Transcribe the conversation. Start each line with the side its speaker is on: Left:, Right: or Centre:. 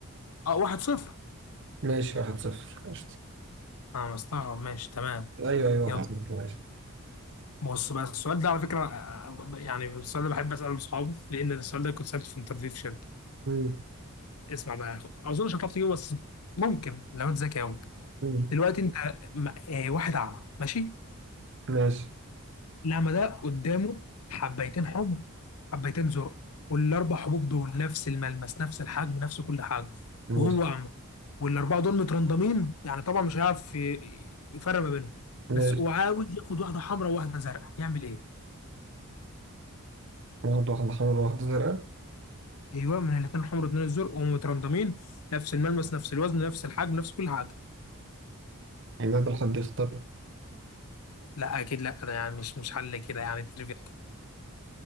Left: اه واحد صفر
Right: ماشي واحد صفر قشطة
Left: انا مستغرب ماشي تمام
Right: أيوه أيوه
Left: يلا
Right: واحد آه. صفر ماشي
Left: بص بقى السؤال ده على فكره آه، آه، يعني السؤال ده بحب اساله لاصحابي لان السؤال ده كنت سالته في انترفيو في شركه
Right: مم.
Left: فاسمع بقى اظن مش هتعرف تجيبه بس ممكن لو انت ذكي قوي
Right: مم.
Left: دلوقتي انت م- آه، واحد اعمى ماشي
Right: ماشي
Left: لا ما ده قدامه حبيتين حمر حبيتين زرق والاربع حبوب دول نفس الملمس نفس الحجم نفس كل حاجه
Right: ماشي
Left: وهو اعمى والاربعه دول مترندمين يعني طبعا مش هيعرف ي- يفرق ما بينهم
Right: ماشي
Left: بس وعاوز ياخد واحده حمراء وواحده زرقاء يعمل ايه؟
Right: واحد واحدة حمرا واحدة زرقاء
Left: ايوه من الاثنين الحمر واثنين الزرق وهم مترندمين نفس الملمس نفس الوزن نفس الحجم نفس كل حاجه
Right: يعني ده الحد يختار
Left: لا اكيد لا ده يعني مش مش حل كده يعني تريفيا كده